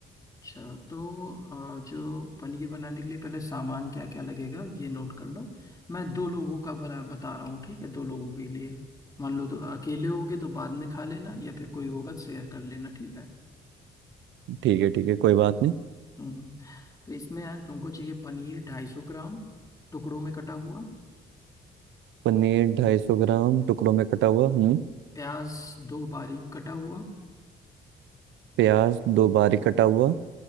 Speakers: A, on the left; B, on the right.
A: अच्छा तो अ, जो पनीर बनाने के लिए पहले सामान क्या क्या लगेगा ये नोट कर लो मैं दो लोगों का बना बता रहा हूँ ठीक है दो लोगों के लिए मान लो तो अकेले होगे तो बाद में खा लेना या फिर कोई होगा तो शेयर कर लेना ठीक है
B: ठीक है ठीक है कोई बात नहीं
A: हम्म हम्म। तो इसमें यार तुमको चाहिए पनीर ढाई सौ ग्राम टुकड़ों में कटा हुआ
B: पनीर ढाई सौ ग्राम टुकड़ों में कटा हुआ हम्म
A: प्याज दो बारीक कटा हुआ
B: प्याज दो बारीक कटा हुआ